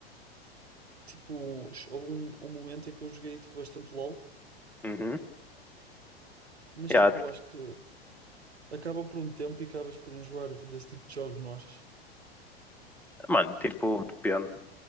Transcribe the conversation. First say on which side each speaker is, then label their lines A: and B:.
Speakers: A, on the right (about 90°); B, in the centre.
A: tipo, houve um, um momento em que eu joguei tipo, bastante LOL,
B: Uhum.
A: mas
B: Yeah.
A: tipo, eu acho que acaba por um tempo e acabas por enjoar de- desse tipo de jogos, não achas?
B: Mano, tipo, depende.